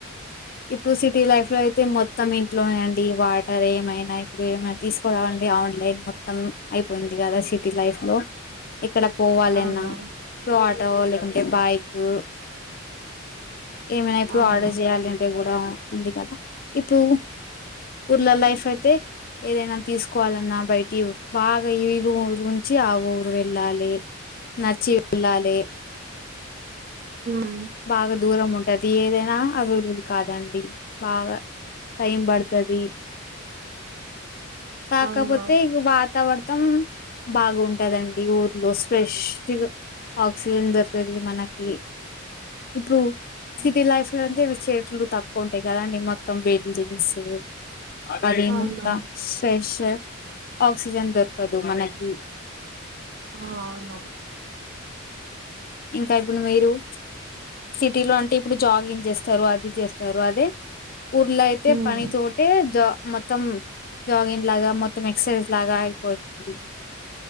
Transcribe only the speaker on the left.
ఇప్పుడు సిటీ లైఫ్ లో అయితే మొత్తం ఇంట్లోనే అండి వాటర్ ఏమైనా ఇప్పుడు ఏమై. తీస్కురావాలంటే ఆన్లైన్ మొత్తం అయిపోయింది గదా సిటీ లైఫ్ లో. ఎక్కడ పోవాలెన్నా.
ఇప్పుడు ఆటో లేకుంటే బైకు ఏమైనా ఇప్పుడు
ఆడ. చేయాలంటే గుడా అ ఉంది కదా ఇప్పు ఊరల్లా లైఫైతే. ఏదైనా తీస్కోవాలన్నా బైటి బాగా ఈరు ఊరుంచి ఆ ఊరు వెళ్ళాలే. నడ్చి వెళ్ళాలే.
బాగా దూరం ఉంటది ఏదైనా. అవైబుల్ కాదండి బాగా టైం బడ్తాది. కాకపోతే
ఇగ వాతావర్తం. బాగుంటదండి ఊర్లో స్ప్రెష్ గ. ఆక్సిజన్ దొరుతది మనకి ఇప్పుడు సిటీ లైఫ్. తందిమ చేట్లు తక్కువుంటై కదండి మొత్తం బిల్డింగ్సు ఉ. మదేముంతా
స్పేష్ ఏ ఆక్సిజన్ దొర్కదు మనకి.
ఇంకా ఇప్పుడు మీరు సిటీ లో అంటే ఇప్పుడు జాగింగ్ జేస్తారు అది జేస్తారు అదే. ఊర్లో అయితే
పని తో. అంటే జా మొత్తం ఉ జాగింగ్ లాగా మొత్తం ఎక్ససైజ్ లాగా అయిపోయింది.